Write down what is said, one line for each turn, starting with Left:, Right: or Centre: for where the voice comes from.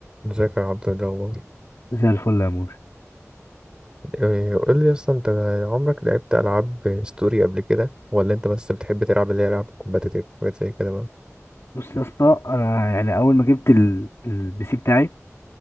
Right: ازيك يا عبد الجبار
Left: زي الفل يا مور
Right: إيه، قول لي اصلا انت عمرك لعبت العاب ستوري قبل كده ولا انت بس بتحب تلعب اللي هي العاب كومباتيتيف حاجات زي كده بقى
Left: بص يا اسطى انا يعني اول ما جبت ال- البي سي بتاعي